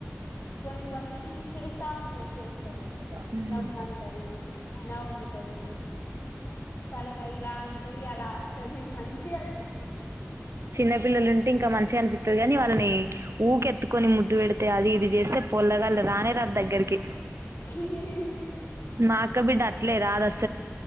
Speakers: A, on the left; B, on the right.
A: కొన్ని కొన్ని చేస్తా ఉంటది చేస్టలు
B: హ్మ్.
A: రమ్మంటది నవ్వుతుంది తల కైలాం ది అలా అంటది మంచి అది
B: చిన్న పిల్లలుంటే ఇంకా మంచి మంచిగా అనిపిస్తుంది కాని వాళ్ళని ఊకెత్తుకొని ముద్దు పెడితే అది ఇది చేస్తే పొల్లగాళ్ళ రానే రాదు దగ్గరికి
A: <unintelligible>
B: మా అక్క బిడ్డ అట్లే రాదు అ